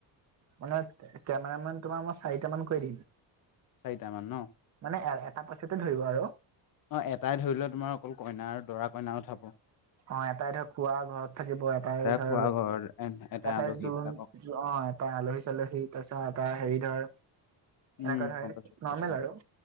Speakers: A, on the right; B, on the left.
A: মানে কেমেৰা মেন তোমাৰ মই চাৰিটা মান কৈ দিম।
B: চাৰিটা মান ন!
A: মানে এ এটা পইচাতে ধৰিব আৰু।
B: অঁ, এটাই ধৰি লোৱা তোমাৰ, অকল কইনা আৰু দৰা কইনা উঠাব।
A: অ, এটাই ধৰ, খোৱা ঘৰত থাকিব, এটাই ধৰ
B: খোৱা ঘৰ এটা
A: এটাই
B: আলহী
A: জোৰোণ।
B: বিলাকক
A: অ, এটা আলহী-চালহী, তাৰপিছত এটা হেৰি ধৰ
B: উম
A: এনেকুৱা
B: গম
A: ধৰ
B: পাইছো গম
A: নৰ্মেল
B: পাইছো গম
A: আৰু।
B: পাইছো